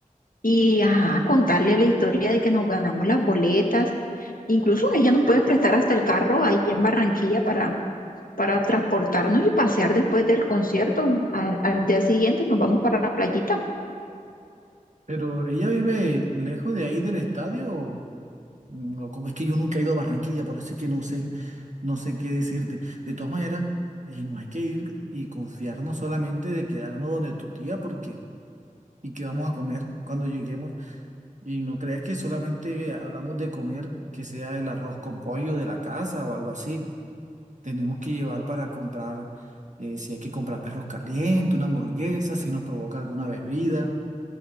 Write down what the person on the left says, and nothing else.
y ajá, contarle la historia de que nos ganamos las boletas. Incluso ella nos puede prestar hasta el carro ahí en Barranquilla para transportarnos y pasear después del concierto. Al, al día siguiente nos vamos para la playita.